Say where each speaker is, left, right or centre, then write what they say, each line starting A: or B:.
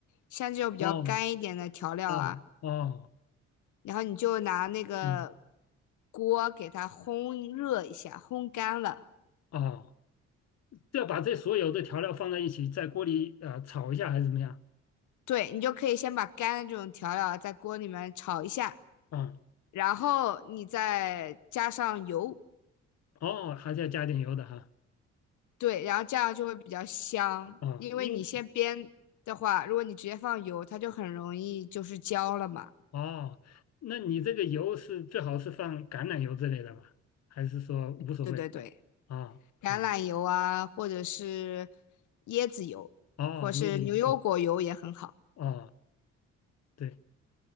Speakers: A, on the left (about 75°); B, on the left (about 60°).
A: 像这种比较干一点的调料啊，
B: 哦哦哦，
A: 然后你就拿那个
B: 嗯
A: 锅给它烘热一下，烘干了。
B: 哦，要把这所有的调料放在一起，在锅里呃炒一下还是怎么样？
A: 对，你就可以先把干的这种调料啊在锅里面炒一下，
B: 啊、
A: 然后你再加上油，
B: 哦，还是要加点油的哈。
A: 对，然后这样就会比较香，
B: 啊、
A: 因为你先煸的话，
B: 因为
A: 如果你直接放油，它就很容易就是焦了嘛。
B: 哦，那你这个油是最好是放橄榄油之类的吧？还是说无所谓？
A: 对对对，
B: 啊啊
A: 橄榄油啊，或者是椰子油，
B: 哦，
A: 或是牛油果油也很好。
B: 椰子油对啊对